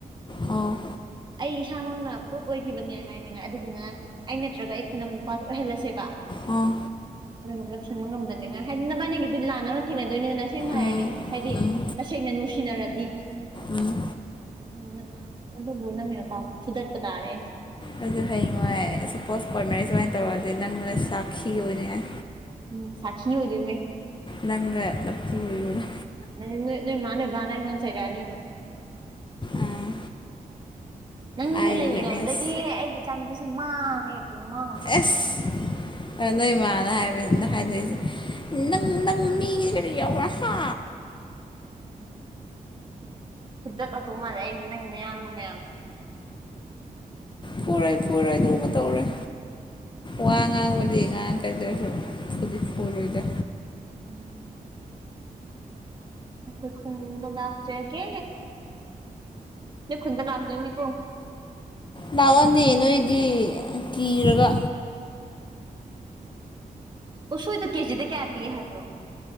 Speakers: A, on the left; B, on the right.
A: ꯑꯣ
B: ꯑꯩ ꯏꯁꯥꯃꯛꯅ ꯄ꯭ꯔꯨꯞ ꯑꯣꯏꯒꯤꯕꯅꯦ ꯍꯥꯏꯅꯡꯉꯥꯏ ꯑꯗꯨꯗꯨꯅ ꯑꯩ ꯅꯠꯇ꯭ꯔꯒ ꯑꯩ ꯈꯪꯅꯕ ꯅꯨꯄꯥꯗꯣ ꯑꯣꯏꯍꯜꯂꯁꯦꯕ
A: ꯑꯥ
B: <unintelligible> ꯊꯤꯡꯕ ꯉꯝꯗꯅꯤꯉꯥꯏ ꯍꯥꯏꯗꯤ ꯅꯕꯥꯅꯤꯒꯤꯗꯤ ꯂꯥꯟꯅꯕꯅ ꯊꯦꯡꯅꯗꯣꯏꯅꯦꯗꯅ ꯑꯁꯦꯡꯅ ꯍꯥꯏꯔꯗꯤ
A: ꯎꯝ
B: ꯍꯥꯏꯗꯤ
A: ꯎꯝ
B: ꯇꯁꯦꯡꯅ ꯅꯨꯡꯁꯤꯅꯔꯗꯤ
A: ꯎꯝ
B: ꯎꯝ ꯑꯗꯨꯕꯨ ꯅꯪꯒꯤ ꯅꯨꯄꯥꯗꯣ ꯐꯨꯗꯠꯄ ꯇꯥꯔꯦ ꯑꯩꯅ
A: ꯑꯩꯖꯨ ꯍꯌꯦꯡꯋꯥꯏ ꯁꯄꯣꯁ ꯀꯣꯔꯠ ꯃꯦꯔꯤꯖ ꯑꯣꯏꯅ ꯇꯧꯔꯗꯤ ꯅꯪꯅ ꯁꯥꯈꯤ ꯑꯣꯏꯅꯤꯉꯥꯏ
B: ꯎꯝ ꯁꯥꯈꯤ ꯑꯣꯏꯗꯨꯏꯃꯦ
A: ꯅꯪꯒ ꯅꯄꯨꯔꯣꯏꯕꯒ
B: ꯗꯩꯗꯤ ꯅꯣꯏ ꯅꯣꯏꯃꯥ ꯅꯣꯏꯕꯥꯅ ꯑꯩꯉꯣꯟ ꯆꯩꯔꯛꯑꯅꯤꯕ
A: ꯑꯥ
B: ꯅꯪꯒ
A: ꯑꯥꯏ
B: ꯂꯩꯃꯤꯟꯅꯕꯗꯒꯤ
A: ꯋꯤꯠꯅꯦꯁ
B: ꯑꯩꯒꯤ ꯏꯆꯥꯅꯨꯄꯤꯁꯦ ꯃꯥꯡꯉꯦ ꯄꯨꯡ ꯃꯥꯡꯉꯛꯇꯕ
A: ꯑꯦꯁ ꯅꯣꯏ ꯃꯥꯅ ꯍꯥꯏꯕ ꯍꯥꯏꯗꯣꯏꯁꯦ ꯅꯪ ꯅꯪ ꯃꯤꯒꯤ ꯀꯔꯤ ꯌꯥꯎꯕ꯭ꯔꯥ ꯍꯥ
B: ꯐꯨꯗꯠꯂꯛꯇꯧ ꯃꯥꯜꯂꯦ ꯑꯩꯁꯦ ꯅꯪꯒꯤ ꯅꯌꯥꯝꯕ ꯃꯌꯥꯝ
A: ꯐꯨꯔꯣꯏ ꯐꯨꯔꯣꯏ ꯑꯗꯨꯒ ꯇꯧꯔꯣꯏ ꯋꯥ ꯉꯥꯡꯕꯗꯤ ꯉꯥꯡꯉꯛꯀꯗꯔ ꯐꯨꯗꯤ ꯐꯨꯔꯣꯏꯗ
B: ꯎꯝ ꯑꯈꯣꯏ ꯈꯨꯨꯟꯗ ꯂꯥꯛꯆꯒꯦ ꯅꯣꯏ ꯈꯨꯨꯟꯗ ꯂꯥꯛꯇꯣꯏꯅꯤꯀꯣ
A: ꯂꯥꯛꯑꯣꯅꯦ ꯅꯣꯏꯗꯤ ꯀꯤꯔꯒ
B: ꯎꯁꯣꯏꯗꯣ ꯀꯦꯖꯤꯗ ꯀꯌꯥ ꯄꯤꯒꯦ ꯍꯥꯏꯕ꯭ꯔꯣ